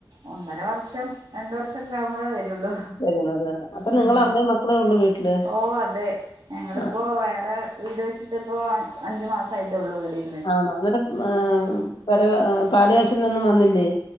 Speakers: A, on the right (about 65°); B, on the left (about 65°).
A: ഒന്നര വർഷം രണ്ട് വർഷെല്ലാം ആകുമ്പോഴേ വരുള്ളൂ
B: വരുന്നത് അപ്പൊ
A: ഉം
B: നിങ്ങള് അമ്മയും മക്കളേ ഉള്ളൂ വീട്ടില്
A: ഓ അതെ ഞങ്ങളിപ്പോ
B: ആ
A: വേറെ വീട് വെച്ചിട്ട് ഇപ്പോ അഞ്ച് മാസായിട്ടേ ഉള്ളൂ വീടിന്
B: ആണോ അന്നരം മ്മ് പെരവ പാലുകാച്ചലിനൊന്നും വന്നില്ലേ